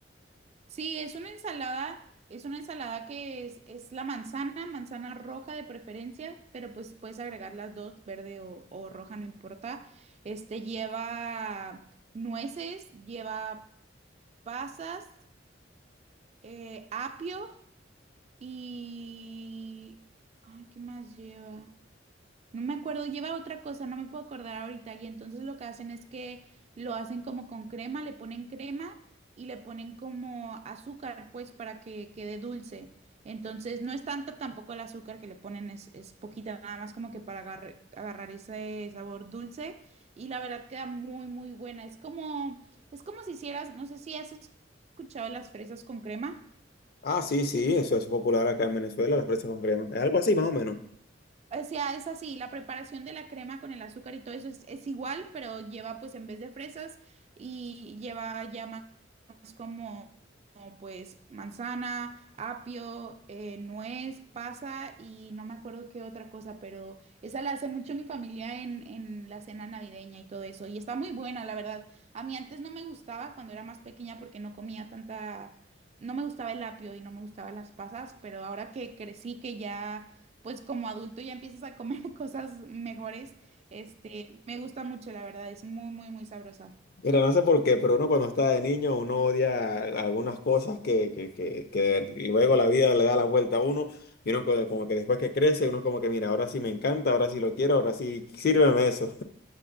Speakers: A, on the right; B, on the left.
A: Sí, es una ensalada, es una ensalada que es, es la manzana, manzana roja de preferencia, pero pues puedes agregar las dos, verde o, o roja, no importa. Este lleva nueces, lleva pasas, eh, apio y... Ay, ¿qué más lleva? No me acuerdo, lleva otra cosa, no me puedo acordar ahorita. Y entonces lo que hacen es que lo hacen como con crema, le ponen crema y le ponen como azúcar, pues, para que quede dulce. Entonces no es tanto tampoco el azúcar que le ponen, es, es poquita, nada más como que para agarre- agarrar ese sabor dulce. Y la verdad queda muy, muy buena. Es como, es como si hicieras, no sé si has escuchado las fresas con crema.
B: Ah, sí, sí, eso es popular acá en Venezuela, las fresas con crema. Es algo así, más o menos.
A: O sea, es así, la preparación de la crema con el azúcar y todo eso es, es igual, pero lleva pues en vez de fresas y lleva ya como, como, pues manzana, apio, eh, nuez, pasa y no me acuerdo qué otra cosa, pero esa la hace mucho mi familia en, en la cena navideña y todo eso. Y está muy buena, la verdad. A mí antes no me gustaba cuando era más pequeña porque no comía tanta, no me gustaba el apio y no me gustaban las pasas, pero ahora que crecí, que ya, pues como adulto ya empiezas a comer <laughs> cosas mejores, este, me gusta mucho, la verdad, es muy, muy, muy sabrosa.
B: Mira, no sé por qué, pero uno cuando está de niño, uno odia algunas cosas que, que, que, que luego la vida le da la vuelta a uno. Y uno co- como que después que crece, uno como que, mira, ahora sí me encanta, ahora sí lo quiero, ahora sí, sírveme eso.